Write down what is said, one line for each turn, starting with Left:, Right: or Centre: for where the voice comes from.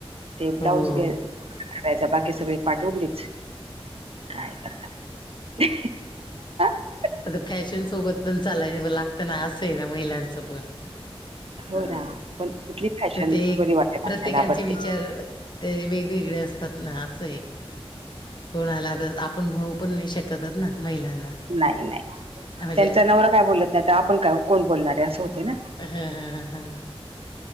Right: ते ब्लाऊज
Left: हो
Right: घ नाहीतर बाकी सगळी पाठ उघडीच काय करणार <unintelligible>
Left: आता फॅशन सोबत पण चालाय लागत ना असंय ना महिलांचं पण
Right: हो
Left: अ..
Right: ना पण कुठली फॅशन
Left: ते
Right: बरी वाटेल
Left: प्रत्येकांचे
Right: आपल्याला आवडते
Left: विचार ते वेगवेगळे असते असे आहे कोणाला तर आपण म्हणू पण नाही शकत ना महिलांना
Right: नाही नाही
Left: म्हणजे
Right: त्यांचा नवरा काय बोलत नाही तर आपण का कोण बोलणार आहे असं होते ना
Left: हम्म हम हम हम